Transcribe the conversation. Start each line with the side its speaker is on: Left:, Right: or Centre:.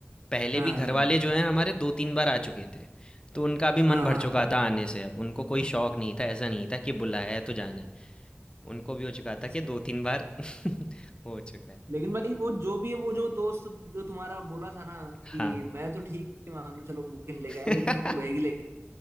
Left: पहले
Right: हाँ
Left: भी
Right: हाँ
Left: घर वाले
Right: हाँ
Left: जो हैं हमारे दो तीन बार आ चुके थे तो उनका भी
Right: हाँ
Left: मन भर
Right: हाँ
Left: चुका था आने से अब उनको कोई शौक नहीं था ऐसा नहीं था कि बुलाया है तो जाना है उनको भी हो चुका था
Right: सही
Left: कि दो तीन बार <laughs> हो चुका है
Right: लेकिन भाई वो जो भी है वो जो दोस्त जो तुम्हारा बोला था ना कि
Left: हाँ
Right: मैं तो ठीक है मान लो चलो बुकिन लेके
Left: <laughs>
Right: आया लेकिन ये तो बैग ही लेके